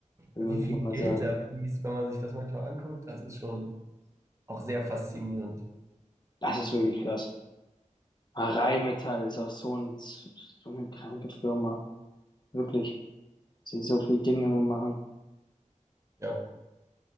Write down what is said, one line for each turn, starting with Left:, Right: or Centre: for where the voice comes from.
Left: Also
Right: wie
Left: wirklich,
Right: viel
Left: muss man
Right: Geld
Left: sagen.
Right: da fließt, wenn man sich das manchmal anguckt, das ist schon auch sehr faszinierend.
Left: Das ist wirklich krass. Ah, Rheinmetall ist auch so ein, so eine kranke Firma. Wirklich. Sie so viele Dinge immer machen.
Right: Ja,